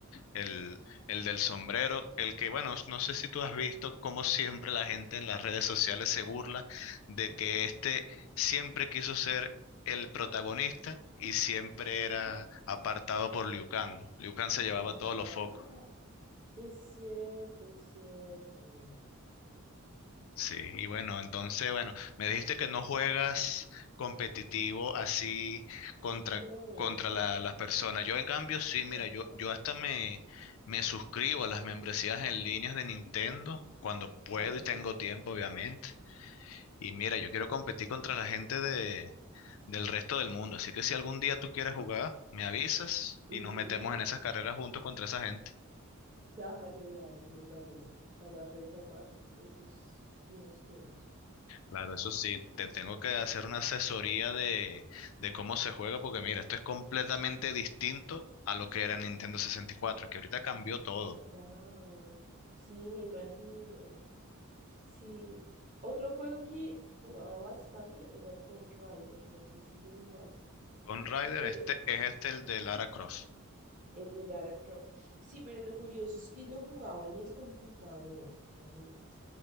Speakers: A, on the left (about 65°); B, on the right (about 35°).
A: el, el del sombrero, el que, bueno, no sé si tú has visto cómo siempre la gente en las redes sociales se burla de que este siempre quiso ser el protagonista y siempre era apartado por Liu Kang. Liu Kang se llevaba
B: <laughs>
A: todos los focos.
B: Es cierto, es cierto.
A: Sí, y bueno, entonces, bueno, me dijiste que no juegas competitivo así contra,
B: No.
A: contra la- las personas. Yo en cambio sí, mira,
B: Ajá,
A: yo, yo hasta me, me suscribo a las membresías en líneas de Nintendo cuando puedo
B: ajá.
A: y tengo tiempo, obviamente. Y mira, yo quiero competir contra la gente de, del resto del mundo. Así que si algún día tú quieres jugar, me avisas
B: <laughs>
A: y nos metemos en esas carreras juntos contra esa gente.
B: Dale, dale, me parece, para retomar esos viejos tiempos.
A: Claro, eso sí, te tengo que hacer una asesoría de, de cómo se juega, porque mira, esto es completamente distinto a lo que era Nintendo sesenta y cuatro, que ahorita cambió todo.
B: Claro, sí, me imagino. Sí. Otro juego que jugaba bastante era Tomb Raider, no sé si lo jugaste,
A: Tomb Raider,
B: pero
A: este es este el de Lara Croft.
B: el de Lara Croft. Sí, pero lo curioso es que lo jugaba en el computador, imagínate.